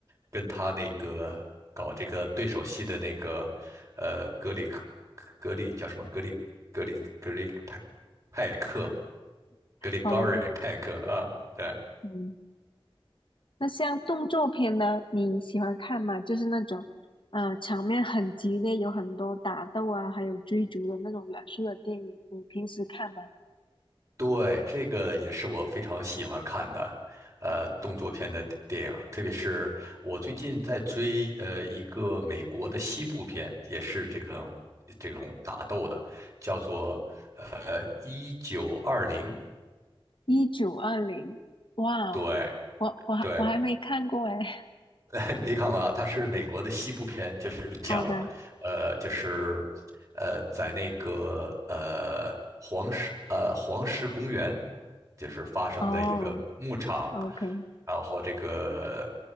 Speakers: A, on the right; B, on the left.
A: 跟他那个搞这个对手戏的那个，呃，格里克格里叫什么？格里格里格里派派克，格里高瑞派克啊，
B: 哦，
A: 对。
B: 嗯，那像动作片呢，你喜欢看吗？就是那种，呃，场面很激烈，有很多打斗啊，还有追逐的那种元素的电影，你平时看吗？
A: 对，这个也是我非常喜欢看的，呃，动作片的电电影，特别是我最近在追呃一个美国的西部片，也是这个这种打斗的，叫做呃一九二零，1920
B: 一九二零，哇哦，
A: 对
B: 我我还我还没看过哎。
A: 对，
B: <laughs>
A: <laughs> 你没看过啊？它是美国的西部片，就是讲，
B: 好的，
A: 呃，就是，呃，在那个呃黄石呃黄石公园，就是发生的一个牧场，
B: 哦，OK，
A: 然后这个